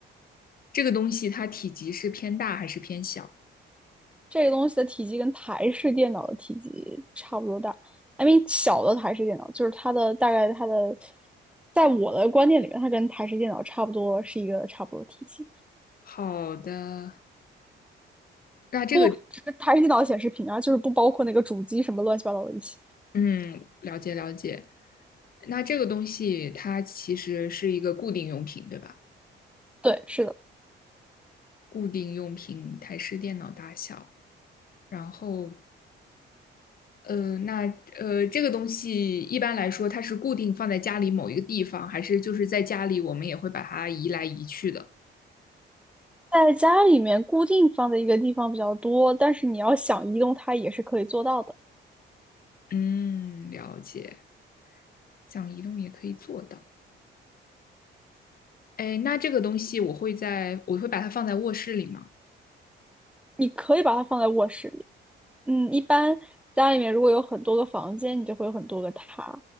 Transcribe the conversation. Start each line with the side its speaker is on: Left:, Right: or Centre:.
Left: 这个东西它体积是偏大还是偏小？
Centre: 这个东西的体积跟台式电脑的体积差不多大，I mean 小的台式电脑，就是它的大概它的，在我的观念里面，它跟台式电脑差不多是一个差不多的体积，
Left: 好的，那这个，
Centre: 不只是台式电脑显示屏啊，就是不包括那个主机什么乱七八糟的一起。
Left: 嗯，了解了解。那这个东西它其实是一个固定用品，对吧？
Centre: 对，是的，
Left: 固定用品，台式电脑大小，然后嗯，那呃，这个东西一般来说，它是固定放在家里某一个地方，还是就是在家里我们也会把它移来移去的？
Centre: 在家里面固定放在一个地方比较多，但是你要想移动它也是可以做到的，
Left: 嗯，了解，想移动也可以做到。哎，那这个东西我会在，我会把它放在卧室里吗？
Centre: 你可以把它放在卧室里。嗯，一般家里面如果有很多个房间，你就会有很多个它。